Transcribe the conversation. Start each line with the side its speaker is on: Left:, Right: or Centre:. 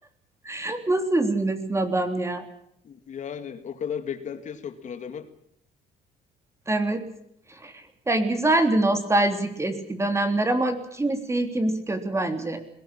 Right: <laughs> Nasıl üzülmesin adam ya?
Left: Yani o kadar beklentiye soktun adamı.
Right: Evet. Ya güzeldi nostaljik eski dönemler ama kimisi iyi kimisi kötü bence.